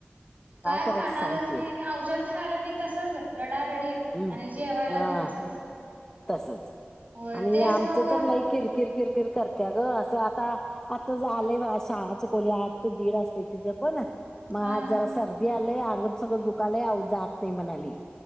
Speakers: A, on the right (about 40°); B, on the left (about 15°).
A: काय
B: करायचं
A: खाणारच
B: सांग की
A: नाही औषध खायला बी तसच रडारडी
B: हम्
A: आणि जेवायला
B: हा
A: बी तसच
B: तसच
A: होय
B: आणि
A: तेच
B: आमचं
A: मग
B: तर लाई किर, किर, किर, किर कर त्या ग असं आता, आता आलंय शाळाच चुकवली आठ ते दीड असते तिचं पण मग
A: हा
B: आज जरा सर्दी आलंय अंग सगळं दुखालाय आऊ जात नाही म्हणाली